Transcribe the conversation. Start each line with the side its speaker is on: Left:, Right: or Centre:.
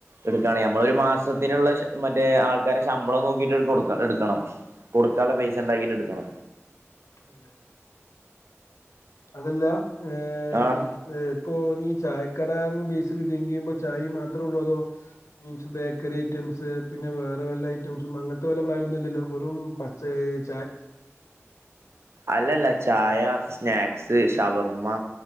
Right: എടുക്കണേ നമ്മളൊരു മാസത്തിനുള്ള ശ മറ്റേ ആൾക്കാരെ ശമ്പളം നോക്കീട്ട് കൊടുക്കണം എടുക്കണം കൊടുക്കാള്ള പൈസ ണ്ടാകീട്ട് എടുക്കണം
Left: അതെയതെ അതല്ലാ ഏ
Right: ആഹ്
Left: ഏഹ് പ്പോ നീ ചായ കടായി ബീഫ് ചായയും മാത്രോള്ളു അതോ ബേക്കറി ഐറ്റംസ് പിന്നെ വേറെ വല്ല ഐറ്റംസും അങ്ങനത്തെ വല്ല പ്ലാനും ന്നുംല്ലല്ലോ വെറും പ <unintelligible>
Right: അല്ലല്ല ചായ സ്നാക് സ് ഷവർമ്മ